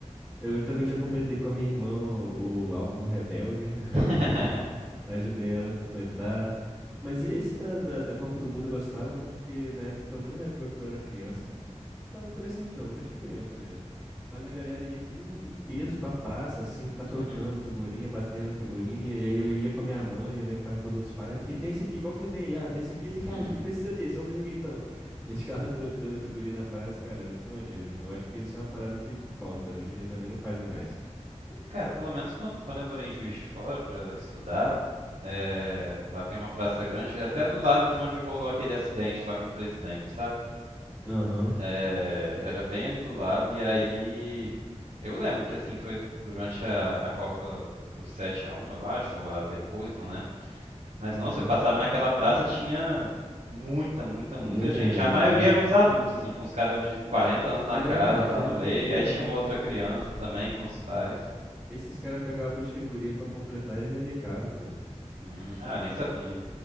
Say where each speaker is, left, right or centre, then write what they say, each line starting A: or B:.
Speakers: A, on the right (about 15°); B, on the right (about 75°).
A: Eu também já completei com a minha irmã o, o álbum do Rebelde.
B: <laughs>
A: <laughs> Ajudei ela a completar. Mas esse da, da, da Copa do Mundo eu gostava porque na época, pelo menos na época que eu era criança, eu era adolescente não, acho que criança mesmo. Mas a galera ia de- em, em peso pra praça, assim, ficar trocando
B: Uhum.
A: figurinha, batendo figurinha. E aí eu ia com a minha mãe, minha mãe ficava com os outros pais. Aqui, tem esse aqui, qual que você tem aí? Ah, tem esse aqui, esse
B: Uhum.
A: aqui. Ah, a gente precisa desse, vamos esse aqui então. <laughs> E eles ficavam trocando figurinha na praça, cara, é muito maneiro. Eu acho que isso é uma parada que, que falta. Hoje em dia também não fazem mais.
B: Cara, pelo menos quan- quando eu morei em Juiz de Fora pra estudar, é, lá tem uma praça grande, é até do lado de onde rolou aquele acidente lá com o presidente, sabe?
A: Aham,
B: É, era bem ali do lado, e aí. Eu lembro que assim, foi durante a, a Copa do sete a um eu acho, ou a depois, não lembro. Mas
A: uhum.
B: nossa, eu passava naquela praça, tinha muita, muita,
A: Muita
B: muita gente.
A: gente,
B: A maioria
A: né?
B: eram uns adultos, assim, tipo uns caras de 40 anos
A: É,
B: na cara
A: cara,
B: lá
A: geralmente
B: no meio. E
A: é.
B: aí tinha uma outra criança também com os pais.
A: Esses caras pegam álbum de figurinha pra completar e vender caro, pô.
B: Hum, ah, nem sabia.